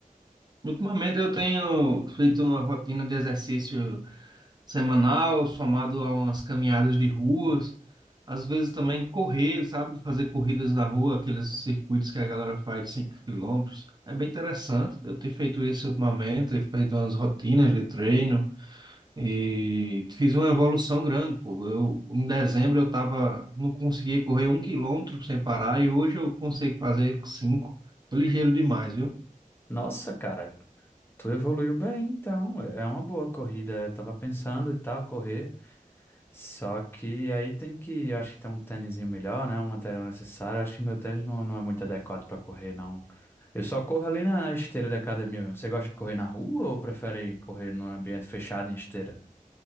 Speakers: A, on the right (about 30°); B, on the left (about 15°).
A: Ultimamente eu tenho feito uma rotina de exercício semanal, somado a umas caminhadas de ruas, às vezes também correr, sabe? Fazer corridas na rua, aqueles circuitos que a galera faz de 5 quilômetros. É bem interessante. Eu tenho feito isso ultimamente, tenho feito umas rotinas de treino e fiz uma evolução grande, pô. Eu, em dezembro eu tava, não conseguia correr um quilômetro sem parar e hoje eu consigo fazer cinco. Tô ligeiro demais, viu?
B: Nossa, cara. Tu evoluiu bem, então. É é uma boa corrida. Eu tava pensando e tal, correr. Só que aí tem que, eu acho que tem um tênisinho melhor, né? Um material necessário. Eu acho que meu tênis não, não é muito adequado pra correr, não. Eu só corro ali na, na esteira da academia mesmo. Você gosta de correr na rua ou prefere correr num ambiente fechado em esteira?